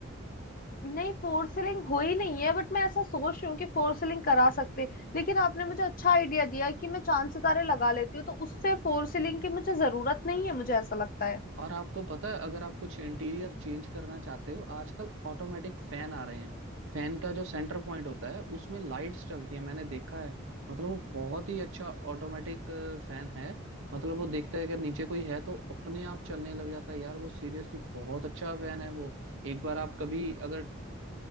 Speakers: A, on the left; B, on the right.
A: नहीं फोर सीलिंग हो ही नहीं है बट मैं ऐसा सोच रही हूँ कि फोर सीलिंग करा सकते हैं। लेकिन आपने मुझे अच्छा आइडिया दिया है कि मैं चांद सितारे लगा लेती हूँ तो उससे फोर सीलिंग की मुझे जरूरत नहीं है मुझे ऐसा लगता है
B: और आपको पता है अगर आप कुछ इंटीरियर चेंज करना चाहते हो आजकल ऑटोमेटिक फैन आ रहे हैं फैन का जो सेंटर पॉइंट होता है उसमें लाइट्स चलती है मैंने देखा है मतलब वो बहुत ही अच्छा ऑटोमेटिक फैन है मतलब वो देखता है अगर नीचे कोई है तो अपने आप चलने लग जाता है यार वो सीरियसली बहुत अच्छा फैन है वो एक बार आप कभी अगर